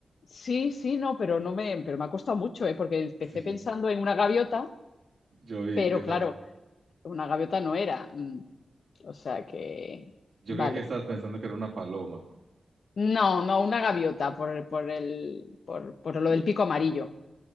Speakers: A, on the left; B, on the right.
A: Sí, sí, no, pero no me, pero me ha costado mucho, ¿eh? Porque empecé
B: Sí,
A: pensando en una gaviota,
B: yo vi
A: pero
B: que estaba.
A: claro, una gaviota no era. Mm, O sea que,
B: Yo
A: vale.
B: creí que estabas pensando que era una paloma.
A: No, no, una gaviota por, el- por, el, por, por lo del pico amarillo.